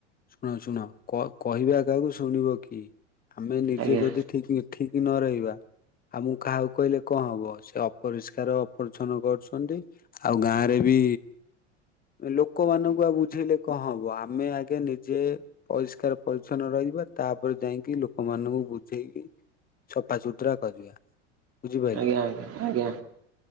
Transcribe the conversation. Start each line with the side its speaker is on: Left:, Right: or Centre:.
Left: ଶୁଣ ଶୁଣ କ କହିବା କାହାକୁ ଶୁଣିବ କିଏ ଆମେ ନିଜେ
Right: ଆଜ୍ଞା
Left: ଯଦି ଠିକ ଠିକ ନ ରହିବା। ଆଉ ମୁଁ କାହାକୁ କହିଲେ କଣ ହବ ସେ ଅପରିଷ୍କାର ଅପରିଚ୍ଛନ କରୁଛନ୍ତି। ଆଉ ଗାଁରେ ବି ଲୋକମାନଙ୍କୁ ଆଉ ବୁଝେଇଲେ କ‌ଅ‌‌ ହବ ଆମେ ଆଗେ ନି ଯେ ପରିଷ୍କାର ପରିଛନ୍ନ ରହିବା ତାପରେ ଯାଇକି ଲୋକମାନଙ୍କୁ ବୁଝେଇକି ଛଫା ସୁୁତୁରା କରିବା। ବୁଝିପାଇଲେ
Right: ଆଜ୍ଞା ଆଜ୍ଞା ଆଜ୍ଞା